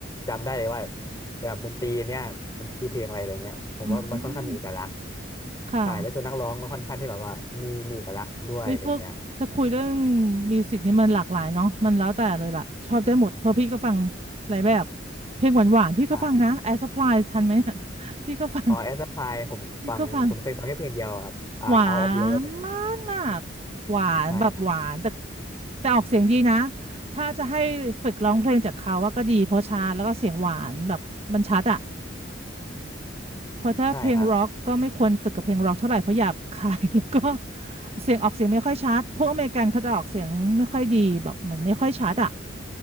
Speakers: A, on the left; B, on the right.
A: จำได้เลยว่าแบบดนตรีเนี่ยมันคือเพลงอะไรอะไรเงี้ยผมว่ามันค่อนข้างมีเอกลักษณ์
B: อืมค่ะ
A: ใช่แล้วตัวนักร้องก็ค่อนข้างที่แบบว่ามีมีเอกลักษณ์ด้วยอะไรเงี้ย
B: เอ้ยพวกถ้าคุยเรื่องมิวสิกนี่มันหลากหลายเนาะมันแล้วแต่เลยล่ะชอบได้หมด เพราะพี่ก็ฟังหลายแบบ เพลงหวานหวานพี่ก็ฟังนะแอร์
A: อ่า
B: u ั p พลายทันไหมอะ <laughs> พี่ก็ฟัง
A: อ๋อแอสพายผมฟังผมเคยฟังแค่เพลงเดียวครับอ่าเอาออฟเลิฟอ่ะ
B: พี่ก็ฟัง หวานมาก หวานแบบหวานแต่
A: ใช่ครับ
B: แต่ออกเสียงดีนะ ถ้าจะให้ฝึกร้องเพลงจากเขา ว่าก็ดีเพราะช้าแล้วก็เสียงหวานแบบมันชัดอะ เพราะถ้าเพลงร็อกก็ไม่ควรฝึกกับเพลงร็อกเท่าไหร่เพราะหยาบคาย
A: ใช่ครับ
B: <laughs> แล้วก็เสียงออกเสียงไม่ค่อยชัดพวกอเมริกันเขาจะออกเสียงไม่ค่อยดีแบบมันไม่ค่อยชัดอ่ะ